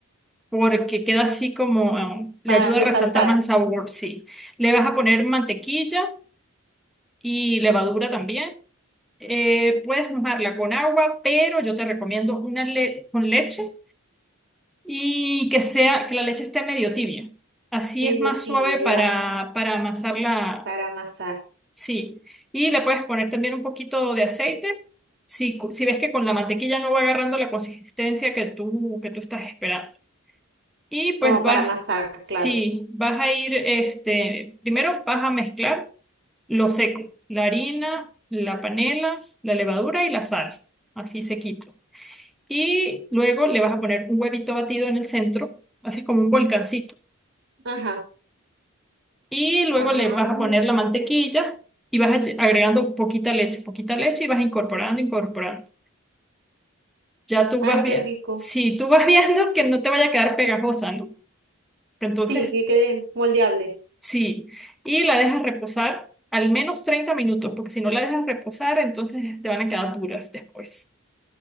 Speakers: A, in the centre; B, on the right.
A: porque queda así como, eh, le
B: para
A: ayuda
B: resaltar.
A: a resaltar más el sabor, sí. Le vas a poner mantequilla y levadura también. Eh, puedes mojarla con agua, pero yo te recomiendo una le- con leche y que sea, que la leche esté medio tibia. Así
B: Medio
A: es más
B: tibia
A: suave para,
B: ya,
A: para amasarla,
B: para amasar.
A: sí. Y le puedes poner también un poquito de aceite. Si, cu- si ves que con la mantequilla no va agarrando la consistencia que tú, que tú estás esperando. Y pues
B: Como
A: vas,
B: para amasar,
A: sí,
B: claro.
A: vas a ir, este, primero vas a mezclar lo seco, la harina, la panela, la levadura y la sal, así sequito. Y luego le vas a poner un huevito batido en el centro, así como un volcancito.
B: Ajá.
A: Y luego
B: Ah,
A: le vas a poner la mantequilla y vas a lle- agregando poquita leche, poquita leche y vas incorporando, incorporando. Ya tú
B: ay,
A: vas viendo.
B: qué rico.
A: Si tú vas <laughs> viendo que no te vaya a quedar pegajosa, ¿no? Entonces
B: Sí, que quede moldeable.
A: Sí, y la dejas reposar al menos 30 minutos, porque si no la dejas reposar, entonces te van a quedar duras después.